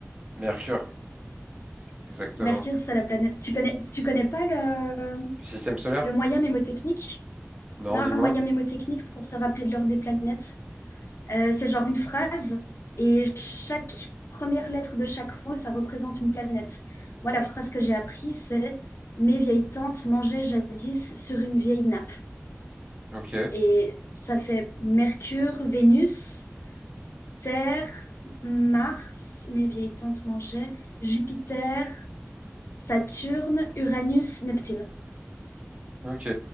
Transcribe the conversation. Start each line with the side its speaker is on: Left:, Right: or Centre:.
Right: Mercure? Exactement.
Left: Mercure, c'est la planète. Tu connais, tu connais pas le,
Right: Du système solaire?
Left: le moyen mnémotechnique?
Right: Non,
Left: Non,
Right: dis-moi.
Left: un moyen mémotechnique pour se rappeler de l'heure des planètes. Euh, c'est genre une phrase et chaque première lettre de chaque mot, ça représente une planète. Moi, la phrase que j'ai apprise, c'est Mes vieilles tantes mangeaient jadis sur une vieille nappe.
Right: Ok,
Left: Et ça fait Mercure, Vénus, Terre, Mars, mes vieilles tantes mangeaient, Jupiter, Saturne, Uranus, Neptune.
Right: ok.